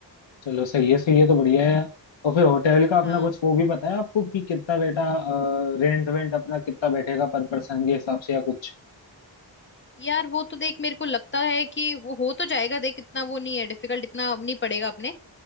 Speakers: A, on the left; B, on the left.
A: चलो सही है सही है तो बढ़िया है यार और फिर होटल का अपना
B: हाँ
A: कुछ वो भी पता है आपको कि कितना बेटा रेंट वेंट अपना कितना बैठेगा पर पर्सन के हिसाब से या कुछ
B: यार वो तो देख मेरे को लगता है कि वो हो तो जाएगा देख इतना वो नहीं है डिफिकल्ट इतना नहीं पड़ेगा अपने